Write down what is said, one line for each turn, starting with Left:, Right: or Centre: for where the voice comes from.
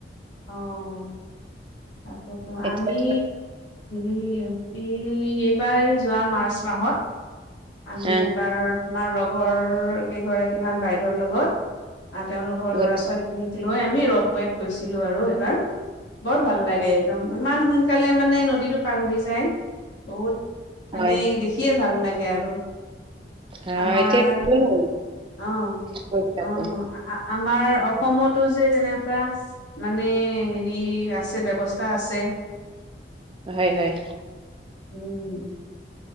Left: অ', ততো
Right: এতিয়া
Left: আমি এই, এইবাৰ এই যোৱা মাৰ্চ মাহত আমি
Right: অ',
Left: এবাৰ, আমাৰ লগৰ কেইগৰাকীমান বাইদেউৰ লগত আহ, তেওঁলোকৰ
Right: গৈছোঁ
Left: ল'ৰা ছোৱালী খিনিক লৈ আমি ৰোপেত গৈছিলোঁ আৰু এইবাৰ। বৰ ভাল লাগে, একদম ইমান সোনকালে মানে নদীটো পাৰ হৈ যায়। বহুত, মানে
Right: হয়,
Left: দেখিয়ে ভাল লাগে আৰু।
Right: অ',
Left: আমাৰ
Right: এতিয়া হ'ল
Left: অ,
Right: পইচাটো।
Left: অ, অ'। আমাৰ অসমটো যে, তেনেকুৱা মানে হেৰি আছে, ব্যৱস্থা আছে।
Right: হয়, হয়।
Left: উম।